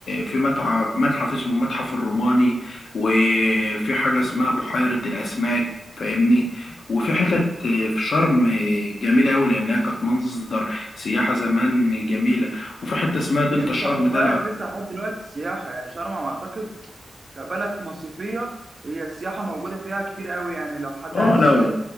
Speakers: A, on the left; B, on the right.
A: في متحف متحف اسمه متحف الروماني وفي حاجه اسمها بحيره الاسماك فاهمني وفي حتت في شرم جميله قوي لانها كانت مصدر سياحه زمان جميله وفي حته اسمها دلتا
B: ولسه
A: شرم
B: خد
A: ده
B: بالك
A: لا
B: لسه لحد دلوقتي السياحه يعني شرم على ما اعتقد كبلد مصيفية هي السياحة موجودة فيها كتير قوي يعني لو حد
A: اه
B: عايز
A: لا
B: يصيف